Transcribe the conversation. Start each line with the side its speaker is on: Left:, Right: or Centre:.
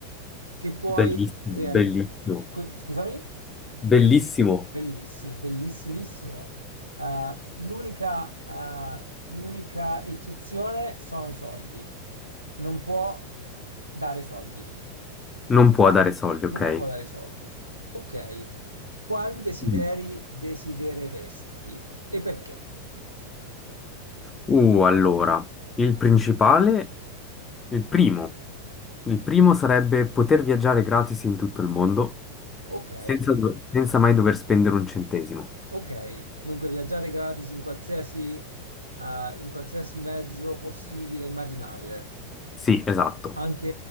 Right: che puoi
Left: bellissimo,
Right: realizzare.
Left: bellissimo,
Right: Scusami?
Left: bellissimo.
Right: Bellissimo, bellissimissimo. Eh, l'unica eh, l'unica eccezione sono i soldi. Non può dare soldi.
Left: Non può dare soldi, ok?
Right: Non può dare soldi. Ok. Quali desideri
Left: Mm.
Right: desidereresti e perché?
Left: Uh, allora, il principale, il primo, il primo sarebbe poter viaggiare gratis in tutto il mondo
Right: Ok,
Left: senza, do- senza mai dover spendere un centesimo.
Right: ok. Dunque viaggiare gratis in qualsiasi, eh, in qualsiasi mezzo possibile, e immaginabile.
Left: Sì, esatto.
Right: Anche